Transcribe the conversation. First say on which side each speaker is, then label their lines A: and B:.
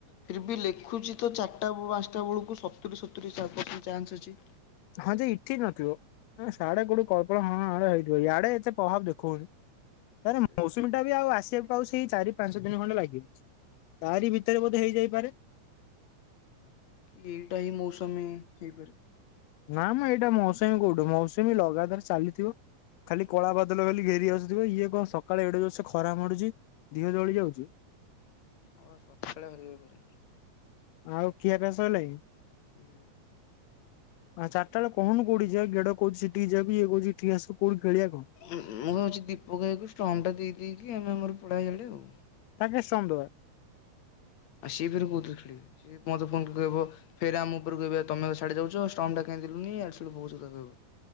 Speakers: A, on the left; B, on the left.
A: ଫିର ବି ଲେଖୁଛି ତ ଚାରିଟା ପାଞ୍ଚଟା ବେଳକୁ ସତୁରି ସତୁରି ଚାନ୍ସ ଅଛି।
B: ହଁ ଯେ ଏଠି ନଥିବ ସାଡେ କୋଉଠି କଳ୍ପନା ଫଳ୍ପନା ହାଡ଼େ ହେଇଥିବ ୟାଡେ ଏତେ ପ୍ରଭାବ ଦେଖଉନି। ଇଆରେ
A: ସେଇ
B: ମୌସୁମୀ
A: ତ।
B: ଟା ବି ଆଉ ଆସିବା ଆଉ ସେଇ ଚାରି ପାଞ୍ଚ ଦିନ ଖଣ୍ଡେ ଲାଗିବ ତାରି ଭିତରେ ବୋଧେ ହେଇ ଯାଇପାରେ।
A: କି ଏଇଟା ହିଁ ମୌସୁମୀ ହେଇପାରେ।
B: ନା ମ ଏଇଟା ମୌସୁମୀ କୋଉଠୁ ମୌସୁମୀ ଲଗାତାର ଚାଲିଥିବ। ଖାଲି କଳା ବାଦଲ ବୋଲି ଘେରି ଆସୁଥିବ ଇଏ କଣ ସକାଳେ ଏଡେ ଯୋର ସେ ଖରା ମାଡୁଛି ଦେହ ଜଳି ଯାଉଛି।
A: ହଁ ବା ସକାଳେ ହେଇନି ଖରା।
B: ଆଉ ଖିଆ ପିଆ ସାରିଲାଣି।
A: ହୁଁ।
B: ଆ ଚାରିଟା ବେଳେ କହୁନୁ କୋଉଠିକି ଯିବା ଗେଡ଼ କୋହୁଛି ସେଠିକି ଯିବାକୁ ଇଏକହୁଛି ଏଠିକି ଆସ କୋଉଠି ଖେଳିବା କହ।
A: ମୁଁ ଭାବୁଛି ଦୀପକ ଭାଇ କି ଷ୍ଟମ୍ ଟା ଦେଇେଇକି ଆମେ ଆମର ପଳେଇବ ଇଆଡ଼େ ଆଉ।
B: ତାକୁ କାଇଁ ଷ୍ଟମ୍ ଦେବା।
A: ସିଏ ଫେରେ କଉଥିରେ ଖେଳିବେ ସିଏ ମତେ ଫୋନ୍ କରିବ। ଫେରେ ଆମ ଉପରକୁ କହିବ ତମେ ସିଆଡେ ଯାଉଛ ଷ୍ଟମ୍ପ ଟା କାଇଁ ଦେଲନି ଏଆଡୁ ସିଆଡୁ ବହୁତ କଥା କହିବ।